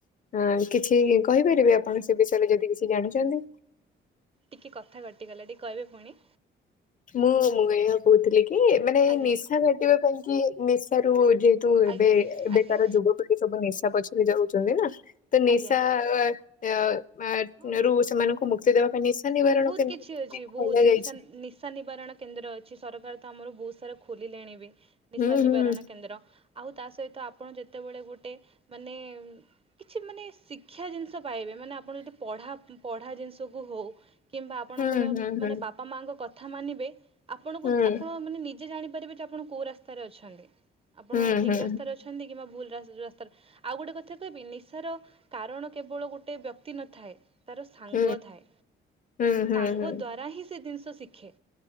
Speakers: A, on the left; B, on the right.
A: ଉଁ କିଛି କହିପାରିବେ। ଆପଣ ସେ ବିଷୟରେ ଯଦି କିଛି ଜାଣିଚନ୍ତି।
B: ଟିକେ କଥା କଟିଗଲା ଟିକେ କହିବେ ପୁଣି
A: ମୁଁ ମୁଁ ଏଇଆ କୋହୁଥିଲି କି ମାନେ
B: ଆଜ୍ଞା
A: ନିଶା କାଟିବା ପାଇଁ କି ନିଶାରୁ ଯେହେତୁ ଏବେ
B: ଆଜ୍ଞା
A: ଏବେ
B: ଆଜ୍ଞା
A: କାର ଯୁବପିଢ଼ି ସବୁ ନିଶା ପଛରେ ଯାଉଚନ୍ତି ନା ତ ନିଶା
B: ଆଜ୍ଞା
A: ଅଁ ଆଁ
B: ହଁ।
A: ରୁ ସେମାନଙ୍କୁ ମୁକ୍ତି ଦେବା ପାଇଁ ନିଶା ନିବାରଣ
B: ବହୁତ
A: କେନ୍ଦ୍ର
B: କିଛି
A: ଟିଏ
B: ଅଛି ବହୁତ
A: ଖୋଲ
B: ନିଶା
A: ଯାଇଛି।
B: ନିଶା ନିବାରଣ କେନ୍ଦ୍ର ଅଛି ସରକାର ତ ଆମର ବୋହୁତ ସାରା ଖୋଲିଲେଣି ବି ନିଶା
A: ହୁଁ
B: ନିବାରଣ
A: ହୁଁ
B: କେନ୍ଦ୍ର ଆଉ ତା ସହିତ ଆପଣ ଯେତେବେଳେ ଗୋଟେ ମାନେ କିଛି ମାନେ ଶିକ୍ଷା ଜିନିଷ ପାଇବେ ମାନେ ଆପଣ ଯଦି ପଢା ପଢା ଜିନିଷ କୁ ହୋଉ। କିମ୍ବା ଆପଣଙ୍କର
A: ହୁଁ ହୁଁ
B: ମାନେ
A: ହୁଁ
B: ବାପା ମାଆଙ୍କ କଥା ମାନିବେ ଆପଣଙ୍କୁ
A: ହୁଁ
B: ଆପଣ ମାନେ ନିଜେ ଜାଣି ପାରିବେ ଯେ ଆପଣ କୋଉ ରାସ୍ତାରେ ଅଛନ୍ତି। ଆପଣ
A: ହୁଁ
B: ଠିକ୍
A: ହୁଁ
B: ରାସ୍ତାରେ ଅଛନ୍ତି କିମ୍ବା ଭୁଲ୍ ରାଜ୍ ରାସ୍ତାରେ ଆଉ ଗୋଟେ କଥା କହିବି ନିଶାର କାରଣ କେବଳ ଗୋଟେ ବ୍ୟକ୍ତି ନଥାଏ। ତାର ସାଙ୍ଗ
A: ହୁଁ
B: ଥାଏ
A: ହୁଁ ହୁଁ
B: ସାଙ୍ଗ
A: ହୁଁ।
B: ଦ୍ଵାରା ହିଁ ସେ ଜିନିଷ ଶିଖେ।